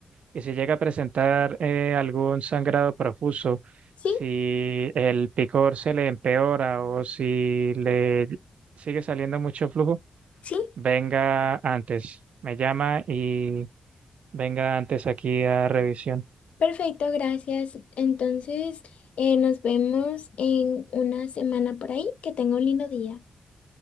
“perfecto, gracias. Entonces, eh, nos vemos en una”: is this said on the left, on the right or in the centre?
Left